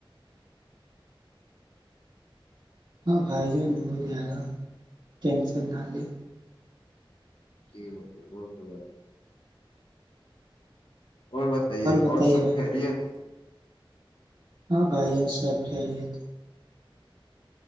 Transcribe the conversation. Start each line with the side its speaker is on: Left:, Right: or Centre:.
Right: ہب بھائی جان ہو جائے گا ٹینسن نہ لے
Left: جی ب ب توار اور بتائیے
Right: بتائیے
Left: اور سب
Right: بھائی۔
Left: خیریت
Right: ہاں بھائی یہاں صاحب خیال تھا